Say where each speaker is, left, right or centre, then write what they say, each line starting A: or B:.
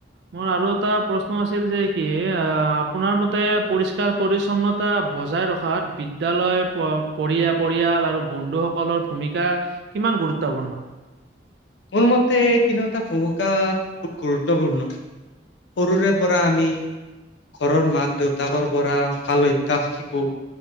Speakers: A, on the right (about 65°); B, on the left (about 75°).
A: মোৰ আৰু এটা প্ৰশ্ন আছিল যে কি এ আ আপোনাৰ মতে পৰিষ্কাৰ পৰিছন্নত- তা বজাই ৰখাত বিদ্যালয় পৰিয়া পৰিয়াল আৰু বন্ধুসকলৰ ভূমিকা- কিমান গুৰুত্বপূৰ্ণ?
B: মোৰ মতে এই তিনিওটা ভূমিকা বহুত গুৰুত্বপূৰ্ণ। সৰুৰে পৰা আমি- ঘৰৰ মাক দেউতাকৰ পৰা ভাল অভ্যাস শিকো,